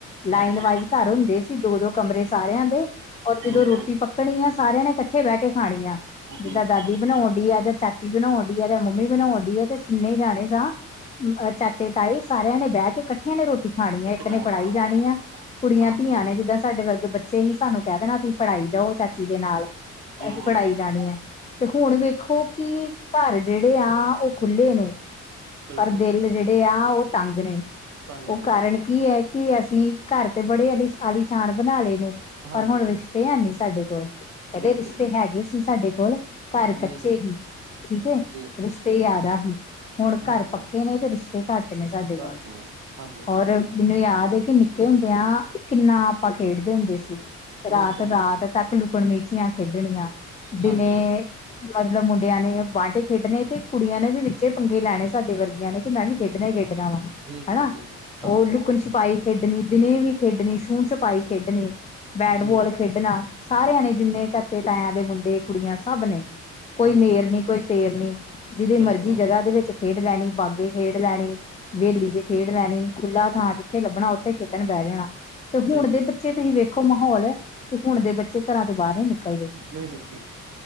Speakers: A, on the left (about 20°); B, on the right (about 75°).
A: ਲਾਈਨ
B: ਹਾਂਜੀ
A: ਵਾਈਜ਼ ਘਰ ਹੁੰਦੇ ਸੀ ਦੋ ਦੋ ਕਮਰੇ ਸਾਰਿਆਂ ਦੇ ਔਰ ਜਦੋਂ
B: ਜੀ ਜੀ
A: ਰੋਟੀ ਪੱਕਣੀ ਆ ਸਾਰਿਆਂ ਨੇ ਇਕੱਠੇ ਬਹਿ ਕੇ ਖਾਣੀ ਆ ਜਿੱਦਾਂ
B: ਜੀ ਜੀ
A: ਦਾਦੀ ਦੀ ਬਣਾਉਣ ਡੀ ਆ ਆਜ ਚਾਚੀ ਬਣਾਉਣ ਡੀ ਆ ਜਾਂ ਮੰਮੀ ਬਣਾਉਣ ਡੀ ਆ ਤੇ ਤਿਨੇ ਜਾਣੇ ਸਾਂ ਅ ਚਾਚੇ ਤਾਈ ਸਾਰਿਆਂ ਨੇ ਬਹਿ ਕੇੱ ਇਕੱਠੀਆਂ ਨੇ ਰੋਟੀ ਖਾਣੀ ਆ, ਇੱਕ
B: ਜਗ੍ਹਾ
A: ਨੇ ਫੜਾਈ
B: ਕਰਾਣੀ
A: ਜਾਣੀ ਆ, ਕੁੜੀਆਂ
B: ਹਾਂਜੀ
A: ਧੀਆਂ
B: ਹਾਂਜੀ
A: ਨੇ ਜਿੱਦਾਂ ਸਾਡੇ ਵਰਗੇ ਬ ਬੱਚੇ ਹੀ ਸਾਨੂੰ ਕਹਿ ਦੇਣਾ ਤੁਸੀਂ ਫੜਾਈ ਜਾਓ ਚਾਚੀ ਦੇ ਨਾਲ ਤੇ
B: ਜੀ
A: ਅਸੀ
B: ਜੀ
A: ਫੜਾਈ
B: ਜੀ
A: ਜਾਣੀ
B: ਜੀ
A: ਆ। ਤੇ ਹੁਣ ਵੇਖੋ ਕਿ ਘਰ ਜਿਹੜੇ ਆ, ਉਹ ਖੁੱਲ੍ਹੇ ਨੇ
B: ਬਿਲਕੁਲ
A: ਪਰ ਦਿਲ
B: ਬਿਲਕੁਲ
A: ਜਿਹੜੇ ਆ ਉਹ ਤੰਗ ਨੇ
B: ਤੰਗ
A: ਉਹ
B: ਨੇ
A: ਕਾਰਨ ਕੀ ਕੀ ਐ ਕਿ ਅਸੀਂ ਘਰ ਤੇ ਬੜੇ ਆਲੀ ਆਲੀਸ਼ਾਨ ਬਣਾ ਲਏ ਨੇ
B: ਹਾਂਜੀ
A: ਪਰ ਹੁਣ ਰਿਸ਼ ਤੇ ਹੈ ਨੀ ਸਾਡੇ ਕੋਲ, ਪਹਿਲੇ
B: ਬਿਲਕੁਲ
A: ਰਿਸ਼ਤੇ ਹੈਗੇ ਸੀ ਸਾਡੇ ਕੋਲ। ਘਰ
B: ਜੀ
A: ਕੱਚੇ
B: ਜੀ
A: ਹੀ ਠੀਕ ਏ,
B: ਜੀ
A: ਰਿਸ਼ਤੇ ਜ਼ਿਆਦਾ ਹੀ। ਹੁਣ
B: ਹਾਂਜੀ
A: ਘਰ ਪੱਕੇ ਨੇ ਤੇ ਰਿਸ਼ਤੇ ਘੱਟ ਨੇ ਸਾਡੇ
B: ਘਰ
A: ਕੋਲ
B: ਚ ਹਾਂਜੀ ਹਾਂਜੀ
A: ਔਰ ਮੈਨੂੰ ਯਾਦ ਏ ਕਿ ਨਿੱਕੇ ਹੁੰਦਿਆਂ ਕਿੰਨਾ ਆਪਾਂ ਖੇਡਦੇ ਹੁੰਦੇ ਸੀ ਰਾਤ
B: ਬਿਲਕੁਲ
A: ਰਾਤ
B: ਜੀ
A: ਤੱਕ ਲੁਕਣ ਮਿਚੀਆਂ ਖੇਡਣੀਆਂ, ਦਿਨੇ
B: ਹਾਂਜੀ
A: ਮਤਲਬ ਮੁੰਡਿਆਂ ਨੇ ਬਾਂਟੇ ਖੇਡਣੇ ਤੇ ਕੁੜੀਆਂ ਨੇ ਵੀ ਵਿੱਚੇ ਪੰਗੇ ਲੈਣੇ ਸਾਡੇ ਵਰਗਿਆਂ ਨੇ ਕਿ ਮੈਂ ਵੀ ਖੇਡਣਾ ਹੀ ਖੇਡਣਾ। ਖੇਡਣਾ ਵਾ
B: ਜੀ ਜੀ
A: ਹਨਾ।
B: ਜੀ ਜੀ
A: ਉਹ
B: ਹਾਂਜੀ
A: ਲੁਕਣ ਛਪਾਈ ਖੇਡਣੀ, ਦਿਨੇ ਵੀ ਖੇਡਣੀ ਛੂਹ ਛਪਾਈ ਖੇਡਣੀ, ਬੈਟਬਲ
B: ਜੀ
A: ਖੇਡਣਾ ਸਾਰਿਆਂ ਨੇ ਜਿੰਨੇ ਚਾਚੇ ਤਾਇਆਂ ਦੇ ਮੁੰਡੇ ਕੁੜੀਆਂ ਸਭ ਨੇ ਕੋਈ
B: ਹਾਂਜੀ
A: ਮੇਰ ਨੀ ਕੋਈ ਤੇਰ ਨੀ, ਜਿਹਦੀ
B: ਬਿਲਕੁਲ
A: ਮਰਜ਼ੀ ਜਗ੍ਹਾ ਦੇ ਵਿੱਚ ਖੇਡ ਲੈਣੀ, ਬਾਗੇ ਖੇਡ ਲੈਣੀ, ਵੇਲੀ ਚ ਖੇਡ ਲੈਣੀ, ਖੁੱਲਾ ਥਾਂ ਜਿੱਥੇ ਲੱਭਣਾ ਉਥੇ ਇਕੱਠੇ ਖੇਡਣ ਬਹਿ ਜਾਣਾ ਤੇ ਹੁਣ
B: ਸਹੀ
A: ਦੇ
B: ਗੱਲ
A: ਬੱ ਪਿੱਛੇ ਤੁਸੀਂ ਵੇਖੋ ਮਾਹੌਲ ਕਿ ਹੁਣ ਦੇ ਬੱਚੇ ਘਰਾਂ ਚੋਂ ਬਾਹਰ ਨੀ ਨਿਕਲਦੇ।
B: ਨਹੀਂ ਨਿਕਲਦੇ